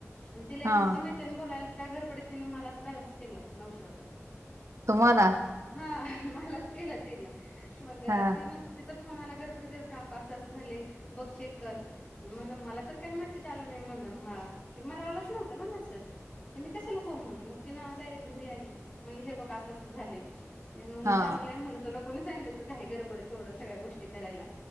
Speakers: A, on the left (about 30°); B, on the right (about 70°).
A: आणि तिला एक
B: हा
A: तिची मैत्रीण बोलायलायत्या गडबडीत तिनं मलाच बॅलेन्स केला नऊशे रुपयांचा
B: तुम्हाला
A: हा मलाच केला. तिनं मग
B: हा
A: तिनं तिचा फोन आला. गरबडत गरबडत हाबग अस असं झालय. बघ चेक कर. म्हणलं, मला तर काय मेसेज आला नाही म्हणल म ह, मला आलंच नव्हता ना, मेसेज त मी कशाला हो म्हणू मग ती नं डायरेक्ट घरी आली. म्हणली हे बघ असं असं झालय. मी म्हनलं
B: हा
A: चांगलंय म्हटलं तुला कोणी सांगितलं होत. घाई गरबडीत एवढ्या सगळ्या गोष्टी करायला.